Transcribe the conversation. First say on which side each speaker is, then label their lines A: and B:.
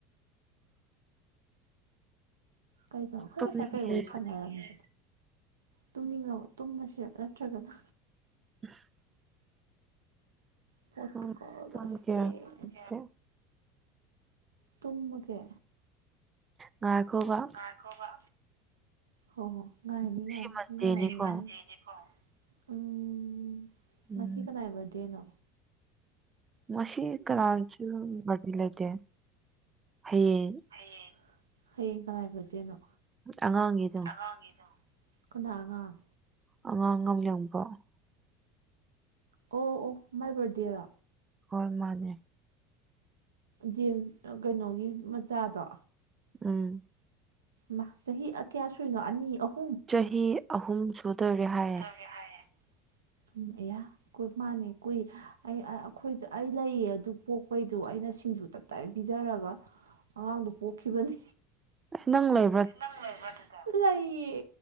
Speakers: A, on the right (about 80°); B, on the right (about 25°).
A: ꯀꯩꯅꯣ ꯑꯈꯣꯏ
B: ꯇꯨꯝꯅꯤꯡꯉꯦ
A: ꯉꯁꯥꯏ ꯀꯩ ꯋꯥꯔꯤ ꯁꯥꯟꯅꯔꯝꯒꯦ ꯇꯨꯝꯅꯤꯡꯉꯕ ꯇꯨꯝꯕꯁꯤꯔ ꯅꯠꯇ꯭ꯔꯒꯅ
B: <inaudible>
A: ꯄꯣꯇꯨꯒꯜꯒ
B: ꯎꯝ ꯇꯨꯝꯒꯦꯔ
A: ꯁ꯭ꯄꯦꯟ
B: ꯁꯦ
A: ꯇꯃꯒꯦ
B: ꯉꯥꯈꯣꯕ
A: ꯉꯥꯏꯈꯣꯕ ꯍꯣ ꯍꯣ ꯉꯥꯏꯒꯦ
B: ꯉꯁꯤ
A: ꯉꯥꯏꯒꯦ
B: ꯃꯟꯗꯦꯅꯤꯀꯣ
A: ꯉꯥꯏ ꯉꯁꯤ ꯃꯟꯗꯦꯅꯤꯀꯣ ꯎꯝ
B: ꯎꯝ
A: ꯉꯁꯤ ꯀꯅꯥꯏ ꯕꯗꯦꯅꯣ
B: ꯉꯁꯤ ꯀꯅꯥꯒꯤꯁꯨ ꯕꯔꯗꯦ ꯂꯩꯇꯦ ꯍꯌꯦꯡ
A: ꯍꯌꯦꯡ ꯍꯌꯦꯡ ꯀꯅꯥꯏ ꯕꯗꯗꯦꯅꯣ
B: ꯑꯉꯥꯡꯒꯤꯗꯣ
A: ꯑꯉꯥꯡꯒꯤꯅꯣ ꯀꯅꯥ ꯑꯉꯥꯡ
B: ꯑꯉꯥꯡ ꯑꯃ <unintelligible>
A: ꯑꯣ ꯑꯣ ꯃꯥꯏ ꯕꯔꯗꯦꯔꯣ
B: ꯍꯣꯏ ꯃꯥꯅꯦ
A: ꯗꯤꯜ ꯀꯩꯅꯣꯒꯤ ꯃꯆꯥꯗꯣ
B: ꯎꯝ
A: ꯃꯥ ꯆꯍꯤ ꯀꯌꯥ ꯁꯨꯏꯅꯣ ꯑꯅꯤ ꯑꯍꯨꯝ
B: ꯆꯍꯤ ꯑꯍꯨꯝ ꯁꯨꯗꯣꯔꯦ ꯍꯥꯏꯌꯦ
A: ꯍꯥꯏꯌꯦ ꯎꯝ ꯑꯌꯥ ꯃꯥꯅꯦ ꯀꯣꯏ ꯑꯩ ꯑꯩꯈꯣꯏꯖ ꯑꯩ ꯂꯩꯌꯦ ꯑꯗꯨ ꯄꯣꯛꯄꯩꯗꯣ ꯑꯩꯅ ꯁꯤꯡꯖꯨ ꯇꯞꯇꯥꯥꯏ ꯄꯤꯖꯔꯒ ꯑꯉꯥꯡꯗꯨ ꯄꯣꯛꯈꯤꯕꯅꯦ
B: ꯅꯪ ꯂꯩ
A: ꯅꯪ ꯂꯩꯕ꯭ꯔꯥ ꯑꯗꯨꯗ ꯂꯩꯌꯦ